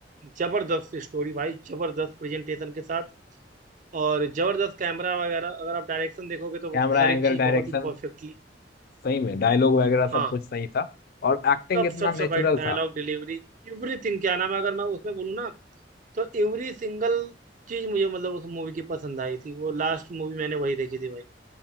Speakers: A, on the right; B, on the left.
A: जबरदस्त स्टोरी भाई जबरदस्त प्रेजेंटेशन के साथ और जबरदस्त कैमरा वगैरह अगर आप डायरेक्शन देखोगे तो
B: कैमरा
A: हर
B: एंगल
A: एक चीज
B: डायरेक्शन
A: बहुत ही परफेक्टली
B: सही में डायलॉग वगैरह
A: हाँ
B: सब कुछ सही था और एक्टिंग
A: सब सब
B: इतना
A: सब
B: नेचुरल
A: भाई डायलॉग
B: था
A: डिलीवरी एवरीथिंग क्या नाम है अगर मैं उसमें बोलूँ ना तो एवरी सिंगल चीज मुझे मतलब उस मूवी की पसंद आई थी वो लास्ट मूवी मैंने वही देखी थी भाई